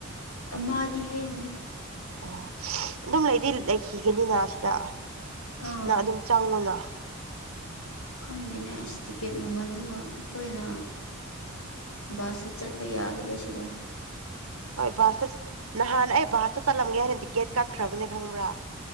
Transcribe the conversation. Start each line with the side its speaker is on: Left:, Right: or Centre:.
Left: ꯑꯃꯗꯤ ꯍꯦꯜꯂꯦ
Right: ꯑꯣ <unintelligible> ꯑꯗꯨꯝ ꯂꯩꯗꯤ ꯂꯩꯈꯤꯒꯅꯤꯅ ꯁꯤꯗ
Left: ꯑꯥ
Right: ꯅꯪ ꯑꯗꯨꯝ ꯆꯪꯉꯣꯅ
Left: ꯈꯪꯗꯦꯅꯦ ꯑꯁ ꯇꯤꯛꯀꯦꯠ ꯃꯃꯟꯗꯨꯒ ꯑꯈꯣꯏꯅ ꯕꯥꯁꯨ ꯆꯠꯄ ꯌꯥꯗꯕꯁꯤꯗ
Right: ꯍꯣꯏ ꯕꯥꯁꯇ ꯅꯍꯥꯟ ꯑꯩ ꯕꯥꯁꯇ ꯆꯠꯂꯝꯒꯦ ꯍꯥꯏꯅ ꯇꯤꯛꯀꯦꯠ ꯀꯛꯈ꯭ꯔꯕꯅꯦ ꯈꯪꯕ꯭ꯔ